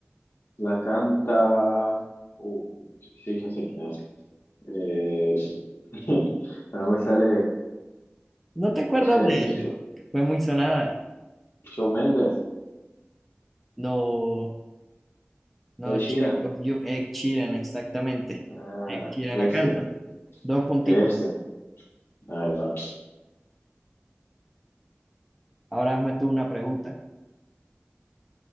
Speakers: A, on the left (about 80°); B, in the centre.
A: la canta. Uh, sí, ya sé quién es. Eh, <laughs> no me sale.
B: ¿No te acuerdas
A: eh, Sho-
B: de él?
A: Sho-
B: Fue muy sonada.
A: Shawn Mendes,
B: No, no,
A: Ed
B: Shape
A: Sheeran.
B: of You, Ed Sheeran, exactamente.
A: Ah,
B: Ed Sheeran
A: ese,
B: la canta. Dos puntitos.
A: ese. Ahí va.
B: Ahora hazme tú una pregunta.